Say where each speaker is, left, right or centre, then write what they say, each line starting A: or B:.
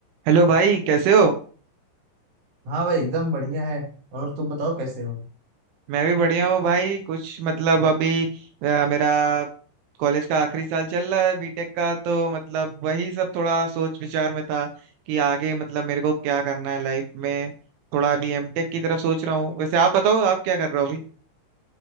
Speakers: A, on the right (about 80°); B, on the right (about 55°).
A: Hello भाई कैसे हो
B: हाँ भाई एकदम बढ़िया है और तुम बताओ कैसे हो
A: मैं भी बढ़िया हूँ भाई कुछ मतलब अभी अ, मेरा कॉलेज का आखिरी साल चल रहा है बीटेक का तो मतलब वही सब थोड़ा सोच विचार में था कि आगे मतलब मेरे को क्या करना है लाइफ में थोड़ा अभी एमटेक की तरफ सोच रहा हूँ वैसे आप बताओ आप क्या कर रहे हो अभी